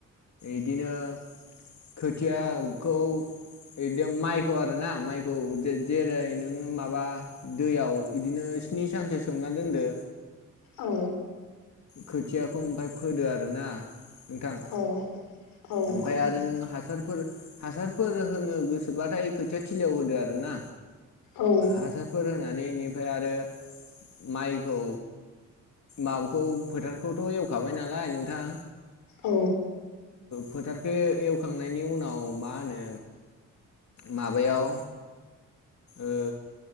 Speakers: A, on the left; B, on the left.
A: इदिनो खोथियाखौ बिदि माइखौ आरो ना माइखौ जेरै नोङो माबा दैयाव बिदिनो स्नि सानसो सोमना दोनदो
B: औ
A: खोथियाखौ ओमफाय फोदो आरो ना नोंथां
B: औ औ
A: ओमफाय
B: खोनादों
A: आरो नों हासारफोर हासारफोर होनो गोसोबाथाय खोथिया थिलियाव होदो आरो ना
B: औ
A: हासारफोर होनानै इनिफ्राय आरो माइखौ माबाखौ फोथारखौथ एवखाबाय नालाय नोंथां
B: औ
A: फोथारखौ एवखांनायनि उनाव मा होनो माबायाव ओ